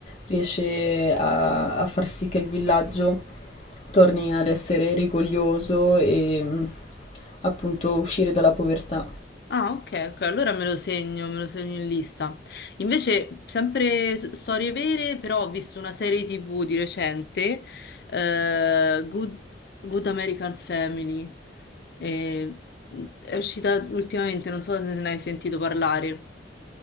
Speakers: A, on the left; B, on the left.
A: riesce a, a far sì che il villaggio torni ad essere rigoglioso e mh, appunto uscire dalla povertà.
B: Ah, ok, ok, allora me lo segno, me lo segno in lista. Invece, sempre s- storie vere, però ho visto una serie TV di recente, eh, Good, Good American Family, e- mm, è uscita ultimamente, non so se ne hai sentito parlare.